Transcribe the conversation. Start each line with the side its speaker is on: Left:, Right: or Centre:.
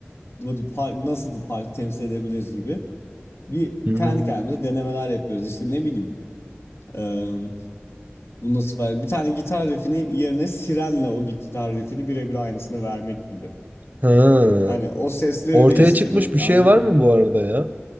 Left: bu- fa- nasıl bu farkı temsil edebiliriz gibi bir
Right: Hı
Left: kendi
Right: hı.
Left: kendimize denemeler yapıyoruz. İşte ne bileyim eee bunu nasıl ifade edeyim? Bir tane gitar riffinin yerine sirenle o gitar riffini birebir aynısını vermek gibi.
Right: Ha.
Left: Hani o sesleri
Right: Ortaya
Left: değiştirmek
Right: çıkmış bir şey
Left: anladın
Right: var
Left: mı?
Right: mı bu arada ya?